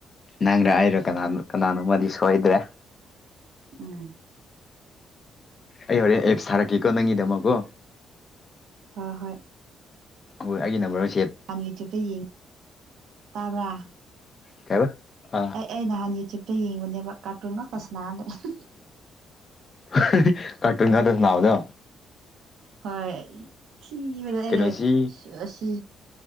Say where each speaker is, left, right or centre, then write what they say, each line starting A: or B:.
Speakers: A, on the left; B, on the right.
A: ꯅꯪꯗ ꯑꯩꯔꯣ ꯀꯅꯥꯅꯣ ꯀꯅꯥꯅꯣꯃꯗꯤ ꯁꯣꯏꯗ꯭ꯔꯦ
B: ꯎꯝ
A: ꯑꯩ ꯍꯣꯔꯦꯟ ꯑꯦꯞꯁ ꯊꯥꯔꯛꯀꯦꯀꯣ ꯅꯪꯒꯤꯗꯃꯛꯀꯣ
B: ꯍꫭ ꯍꯣꯏ
A: ꯍꯣꯏ ꯑꯩꯒꯤ ꯅꯝꯕꯔ
B: ꯍꯥꯟ ꯌꯨꯇ꯭ꯌꯨꯕꯇ ꯌꯦꯡꯉꯤ ꯇꯥꯕ꯭ꯔꯥ
A: ꯀꯩꯕ ꯑꯥ
B: ꯑꯩ ꯑꯩ ꯅꯍꯥꯟ ꯌꯨꯇ꯭ꯌꯨꯕꯇ ꯌꯦꯡꯕꯅꯦꯕ ꯀꯥꯔꯇꯨꯟ ꯉꯛꯇ ꯁꯥꯟꯅꯔ ꯂꯩ
A: <unintelligible> ꯀꯥꫪꯇꯨꯟ ꯉꯛꯇ ꯁꯟꯅꯥꯕꯗꯣ
B: ꯍꯣꯏ ꯊꯤꯕꯗ
A: ꯀꯩꯅꯣꯁꯤ
B: ꯑꯩ ꯑꯁꯤ